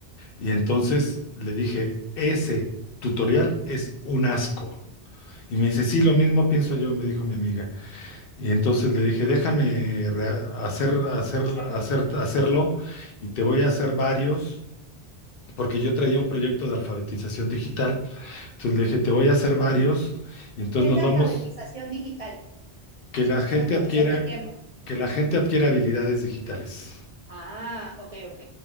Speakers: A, on the left; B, on the right.
A: Y entonces le dije, ese tutorial es un asco. Y me dice, sí, lo mismo pienso yo, me dijo mi amiga. Y entonces le dije, déjame rea- hacer, hacer,
B: Hacerlo.
A: hacer, hacerlo y te voy a hacer varios, porque yo traía un proyecto de alfabetización digital entonces le dije, te voy a hacer varios y entonces
B: ¿Qué es
A: nos
B: la
A: vamos,
B: alfabetización digital?
A: que la gente
B: No, to-
A: adquiera,
B: o sea, no entiendo.
A: que la gente adquiera habilidades digitales.
B: Ah, ok, ok.